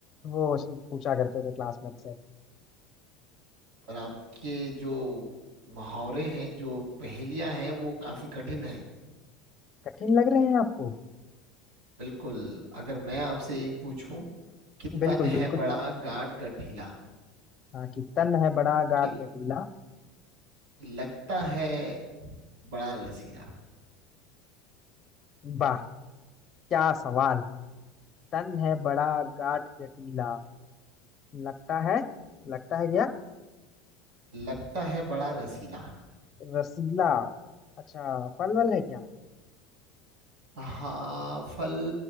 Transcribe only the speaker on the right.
पर आपके जो मुहावरे हैं जो पहेलियां हैं वो काफी कठिन हैं
बिल्कुल अगर मैं आपसे एक पूछूं कि तन
है बड़ा गाढ़ गठीला
कि
लगता है बड़ा रसीला
लगता है बड़ा रसीला
हाँ फल